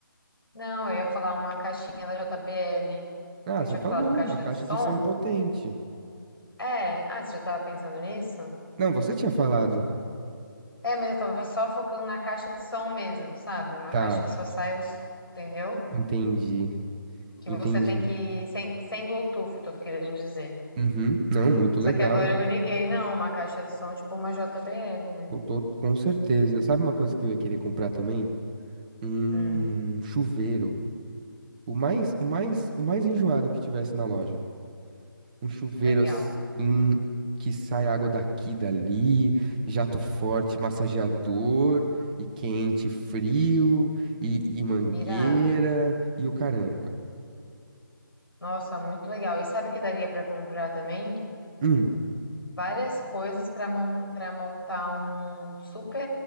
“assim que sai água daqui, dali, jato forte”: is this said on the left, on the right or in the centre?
Right